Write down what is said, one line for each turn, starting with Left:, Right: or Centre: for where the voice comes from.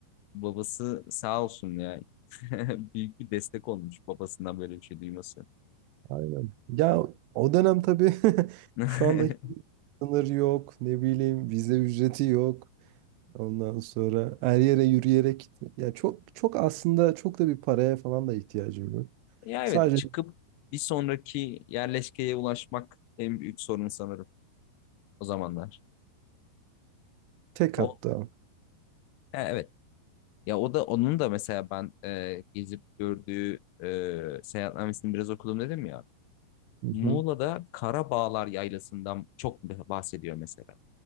Left: babası sağ olsun ya. <laughs> Büyük bir destek olmuş babasından böyle bir şey duyması.
Right: Aynen. Ya o dönem tabii <laughs>
Left: <laughs>
Right: şu andaki sınır yok. Ne bileyim vize ücreti yok. Ondan sonra her yere yürüyerek gitme. Ya çok çok aslında çok da bir paraya falan da ihtiyacım yok.
Left: Ya
Right: Sadece
Left: evet çıkıp bir sonraki yerleşkeye ulaşmak en büyük sorun sanırım. o zamanlar.
Right: tek
Left: O
Right: hatta.
Left: he, evet. Ya o da onun da mesela ben e, gezip gördüğü e, seyahatnamesini biraz okudum dedim ya.
Right: Hı
Left: Muğla'da
Right: hı.
Left: Karabağlar Yaylası'ndan çok bahsediyor mesela.